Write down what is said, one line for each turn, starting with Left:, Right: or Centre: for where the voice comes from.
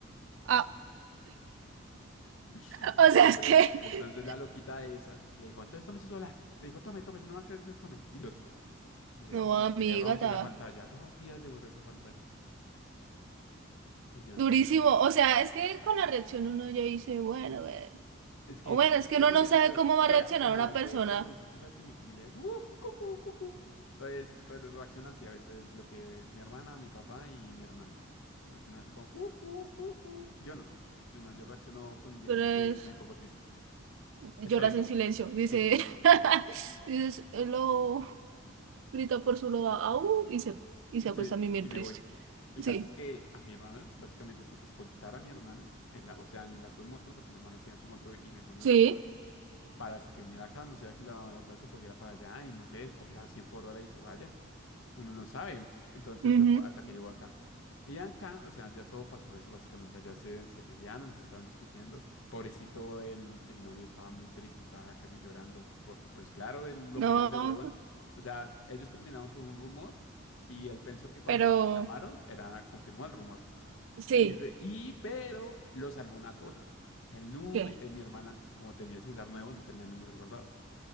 Right: Ah,
Left: <laughs>
Right: <laughs>
Left: Entonces,
Right: o sea, es que.
Left: entonces la loquita esa le dijo, entonces tome su celular. Le dijo, tome, tome, si no va a creer, entonces tome. Y lo tiró.
Right: <laughs>
Left: Y le
Right: No,
Left: rompí,
Right: amiga,
Left: y que le rompe
Right: está
Left: la pantalla. Dos días le duró esa pantalla. Y yo,
Right: durísimo.
Left: nah
Right: O sea, es que con la reacción uno ya dice, bueno, a ver.
Left: Es que
Right: O bueno,
Left: sí,
Right: es que
Left: yo
Right: uno
Left: ni
Right: no
Left: que-
Right: sabe
Left: pero
Right: cómo va
Left: yo
Right: a reaccionar
Left: la- eh, no,
Right: una
Left: es
Right: persona.
Left: que pues tú, tú sabes que mi familia es uff, cucú, cucú. Entonces, entonces reacciona así a veces lo que es mi hermana, mi papá y mi hermano. Reacciona así como cucú, cucú. Yo no, yo no, yo reacciono con indiferencia
Right: Pero
Left: y me pongo triste.
Right: lloras
Left: Estoico.
Right: en silencio, dice,
Left: Sí,
Right: <laughs> dices, lo grita por su loba, au, y se, y se acuesta
Left: sí,
Right: a mimir
Left: y me
Right: triste.
Left: voy. El
Right: Sí,
Left: caso es que a mi hermano básicamente le tocó escoltar a mi hermana en la, o sea, en las dos motos, porque mi hermana se iba en su moto y mi hermano
Right: sí,
Left: en la otra, para hasta que viniera acá, no sea que la otra se cogiera para allá y no sé, cogiera a 100 por hora y se vaya. uno no sabe. Entonces,
Right: ujú,
Left: hasta que llegó acá. Y acá, o sea, ya todo pasó eso, básicamente allá se, se pelearon, se estaban discutiendo. Pobrecito, el, el novio estaba muy triste, estaba casi llorando, porque pues claro, él lo
Right: No,
Left: cogieron de huevón. O sea, ellos terminaron por un rumor y él pensó que cuando
Right: pero
Left: lo llamaron era, confirmó el rumor.
Right: sí,
Left: Y, de- y pero lo salvó una cosa. El número,
Right: ¿qué?
Left: mi hermana, como tenía el celular nuevo, no tenía números guardados.